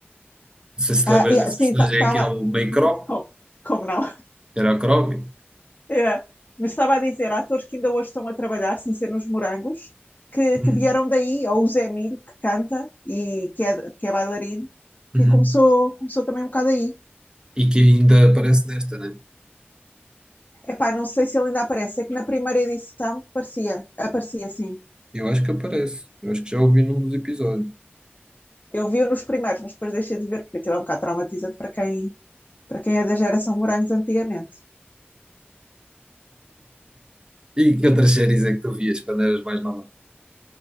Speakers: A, on the right (about 20°); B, on the left (about 45°).
A: sei se te
B: Ah,
A: lembras
B: yeah,
A: desse
B: sim,
A: personagem,
B: estava,
A: é que é o meio Crómio,
B: como, como não?
A: era o Crómio.
B: É. Mas estava a dizer, há atores que ainda hoje estão a trabalhar, sem ser nos Morangos, que,
A: Hum,
B: que vieram daí, ou o Zé Milho, que canta e que é, que é bailarino,
A: uhum.
B: que começou, começou também um bocado aí.
A: E que ainda aparece nesta, né?
B: Epá, não sei se ele ainda aparece, é que na primeira edição parecia, aparecia sim.
A: Eu acho que aparece. Eu acho que já ouvi num dos episódios.
B: Eu vi-o nos primeiros, mas depois deixei de ver, porque aquilo é um bocado traumatizante para quem, para quem é da geração Morangos antigamente.
A: E que outras séries é que tu vias quando eras mais nova?